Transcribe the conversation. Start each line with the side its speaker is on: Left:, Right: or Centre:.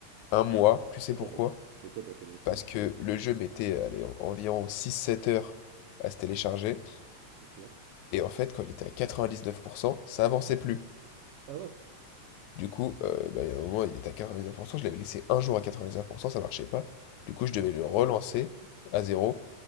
Left: Un mois,
Right: Bah,
Left: tu
Right: c'était
Left: sais pourquoi?
Right: quoi ta c'était quoi ta connexion?
Left: Parce que le jeu mettait, allez, en- environ six sept heures à se télécharger.
Right: OK.
Left: Et en fait, quand il était à 99%, ça avançait plus.
Right: Ah ouais?
Left: Du coup, euh, bah, il un moment, il était à 99%, je l'avais laissé un jour à 99%, ça marchait pas. Du coup,
Right: OK.
Left: je devais le relancer à zéro.